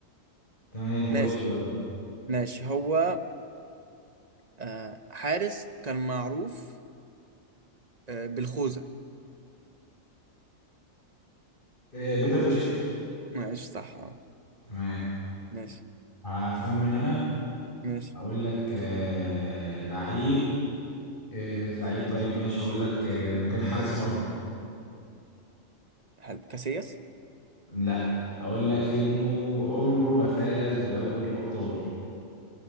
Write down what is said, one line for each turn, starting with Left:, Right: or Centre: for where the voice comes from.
Left: تمام خش
Right: ماشي
Left: يلا
Right: ماشي هو آه حارس كان معروف آه بالخوذة
Left: إيه، بيتر تشيك
Right: ماشي صح اه
Left: تمام
Right: ماشي
Left: هخمن انا
Right: ماشي
Left: هقول لك آه، لعيب آه، لعيب طيب ماشي هقول لك آه، انه كان حارس مرمى
Right: حلو كاسياس
Left: لا هقول لك انه عمره ما فاز بدوري الابطال